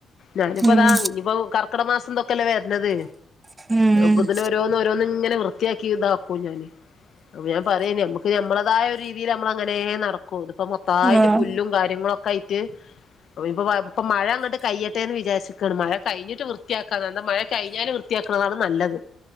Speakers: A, on the left; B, on the right.
A: ഞാനിപ്പോതാ
B: ഉം
A: ഇപ്പൊ കർക്കിട മാസംന്തൊക്കെല്ല വേ ത്
B: ഉം
A: ഇപ്പതിന്നെ ഓരോന്ന് ഓരോന്ന് ഇങ്ങനെ വൃത്തിയാക്കി ഇതാക്കൂ ഞാന് അപ്പൊ ഞാൻ പറയേ നമമ്മക്ക് നമ്മളതായ ഒരു രീതിയിൽ നമ്മള അങ്ങനെ നടക്കും ഇതിപ്പോ മൊത്തമായിട്ട്
B: ആഹ്
A: പുല്ലും കാര്യങ്ങളൊക്കെ ആയിട്ട് പ്പൊ ഇപ്പ മഴ അങ്ങോട്ട് കയ്യട്ടെ എന്ന് വിചാരിക്കയാണ് മഴ കഴിഞ്ഞിട്ട് വൃത്തിയാക്ക എന്ത മഴ കഴിഞ്ഞാല് വൃത്തിയാക്കുന്നതാണ് നല്ലത്